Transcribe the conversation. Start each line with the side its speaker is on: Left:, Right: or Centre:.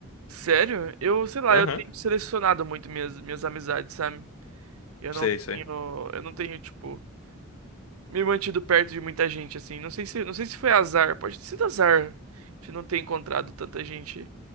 Right: Sério? Eu, sei lá,
Left: Aham,
Right: eu tenho selecionado muito minhas, minhas amizades, sabe? Eu
Left: sei,
Right: não
Left: sei.
Right: tenho, eu não tenho, tipo. me mantido perto de muita gente, assim. Não sei se, não sei se foi azar, pode ter sido azar de não ter encontrado tanta gente.